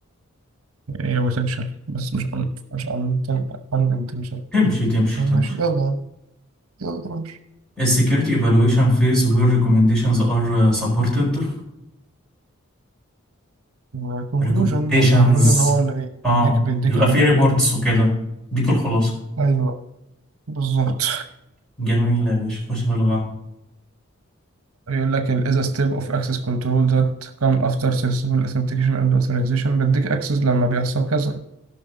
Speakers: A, on the right; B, in the centre.
A: هي بوتنشال بس مش ان مش ان انتنشال
B: تمشي تمشي
A: ماشي
B: تمشي
A: يلا يلا ماشي
B: السكيورتي ايفالويشن فيز وير ريكومنديشنز ار سبورتد
A: والكونكلوجن
B: ريكومنديشنز
A: الكونكلوجن هو اللي
B: اه
A: بيديك بيديك
B: بيبقى
A: ال
B: فيه ريبورتس وكده ديك الخلاصة
A: ايوه بالظبط
B: جميلة يا باشا خش في اللي بعده
A: يقول لك ال is a step of access control that come after successful authentication and authorization بديك access لما بيحصل كذا